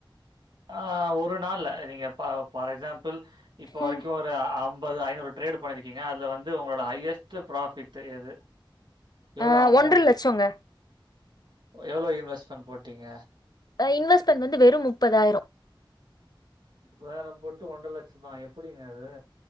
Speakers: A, on the right; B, on the left.
A: ஆ ஒரு நாள்ல நீங்க பா ஃபார் எக்ஸாம்பிள் இப்ப வரைக்கு
B: ம்
A: ஒரு அம் ப்ப அது ஐநூறு ட்ரேடு பண்ணிருக்கீங்க அதுல வந்து ஒங்களோட ஹையஸ்ட்டு ப்ராஃபிட்டு எது எவ்ளோ
B: ஆ
A: அமௌண்ட்டு
B: ஒன்ற லட்சோங்க
A: எவ்ளோ இன்வெஸ்ட்மெண்ட் போட்டீங்க
B: அ இன்வெஸ்ட்மெண்ட் வந்து வெறும் முப்பதாயிரோ
A: வேற போட்டு ஒன்ற லட்சம்மா எப்புடிங்க அது